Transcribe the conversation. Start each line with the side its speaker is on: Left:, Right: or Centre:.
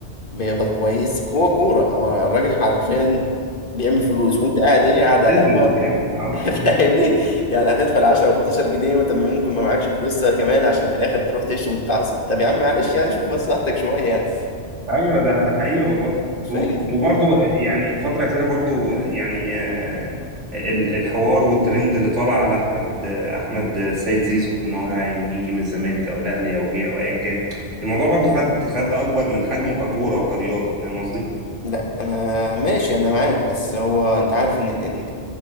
Left: بيقبض كويس هو كورة هو الراجل حرفيا بيعمل فلوس وانت قاعد ايه قاعد على
Right: بزنس
Left: القهوة
Right: يعني اه
Left: <laughs>
Right: آه.
Left: فاهمني يعني هتدفع 10 و 15 جنيه وانت ممكن ما معكش فلوس كمان عشان في الاخر تروح تشتم وتتعصب طب يا عم معلش يعني شوف مصلحتك شوية يعني
Right: ايوه ده ده حقيقي والله
Left: فاهمني
Right: و- وبرضو آه، يعني الفتره الاخيره برضو آه، يعني آه، ال- الحوار والترند اللي طالع على احمد آه، احمد آه، سيد زيزو ان هو هيجي من الزمالك او الاهلي او جه او ايا كان الموضوع برضو خد خد اكبر من حجمه ككوره وكرياضه فاهم قصدي
Left: لا انا ماشي انا معاك بس هو انت عارف ان ان